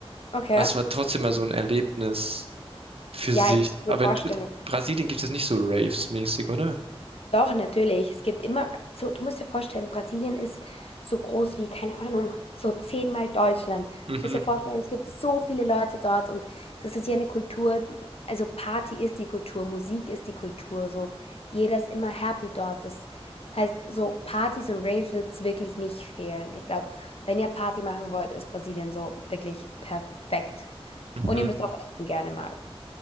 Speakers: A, on the left; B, on the right.
A: Okay.
B: Aber es war trotzdem mal so ein Erlebnis für
A: Ja,
B: sich.
A: ich kann mir
B: Aber
A: vorstellen.
B: in äh, Brasilien gibt es nicht so Raves-mäßig, oder?
A: Doch, natürlich. Es gibt immer, so, du musst dir vorstellen, Brasilien ist so groß wie, keine Ahnung, so zehnmal Deutschland. Du
B: Mhm,
A: musst dir vorstellen, es gibt so viele Leute dort und das ist ja eine Kultur, also Party ist die Kultur, Musik ist die Kultur, so jeder ist immer happy dort. Das heißt, so Partys und Raves wird es wirklich nicht fehlen. Ich glaube, wenn ihr Party machen wollt, ist Brasilien so wirklich perfekt.
B: mhm.
A: Und ihr müsst auch essen gerne mal.